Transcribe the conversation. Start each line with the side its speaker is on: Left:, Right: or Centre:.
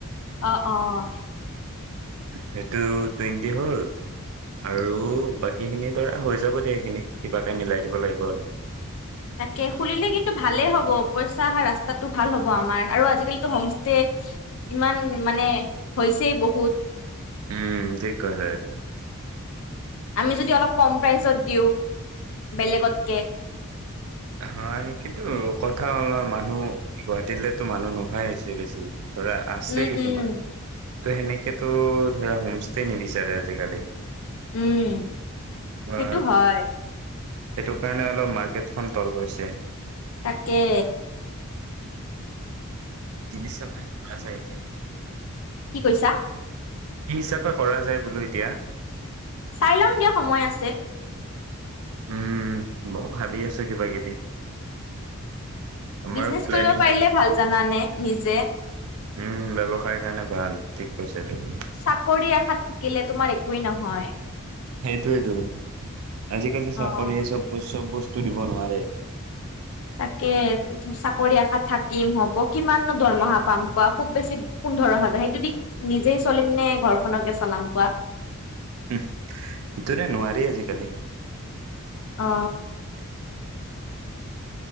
Left: অ, অ।
Right: সেইটো টুৱেণ্টি হ'ল। আৰু বাকীখিনি ধৰা হৈ যাব দিয়া, এইখিনি কিবাকে মিলাই দিব লাগিব আৰু।
Left: তাকে খুলিলে কিন্তু ভালেই হ'ব। পইচা অহা ৰাস্তাটো ভাল হ'ব আমাৰ আৰু আজিকালিটো হোমষ্টে ইমান মানে হৈছেই বহুত।
Right: উম, ঠিক কৈছা এইটো।
Left: আমি যদি অলপ কম প্ৰাইচত দিওঁ বেলেগতকে
Right: হা সেই কিন্তু কথা অল মানুহ গুৱাহাটীলেতো মানুহ নহাই হৈছে বেছি। ধৰা আছে
Left: উম
Right: কিছুমান।
Left: উম
Right: ত' সেনেকেতো ধৰা হোমষ্টে নিবিচাৰে আজিকালি।
Left: উম
Right: বা
Left: সেইটো হয়।
Right: সেইটো কাৰণে অলপ মাৰ্কেটখন তল গৈছে।
Left: তকে
Right: <unintelligible>
Left: কি কৈছা?
Right: কি হিচাপে কৰা যায় বোলো এতিয়া?
Left: চাই লম দিয়া সময় আছে।
Right: উম বই ভাবি আছো কিবা কিবি। আমাৰ
Left: বিজনেচ
Right: প্লেনিং
Left: কৰিব পাৰিলে
Right: কি
Left: ভাল জানানে নিজে,
Right: উম ব্যৱসায়ৰ কাৰণে ভাল ঠিক কৈছে তুমি
Left: চাকৰি এষাত থাকিলে তোমাৰ একয়ে নহয়।
Right: টোৱেইটো আজিকালি চাফৰি
Left: অ
Right: চব চব বস্তু দিব নোৱাৰে।
Left: তাকে চাকৰি আশাত থাকিম হ'ব কিমাননো দৰমহা পাম কোৱা খুব বেছি পোন্ধৰ হাজাৰ সেইটো দি নিজেই চলিম নে ঘৰখনকে চলাম কোৱা?
Right: উম, সেইটোৰে নোৱাৰি আজিকালি
Left: অ।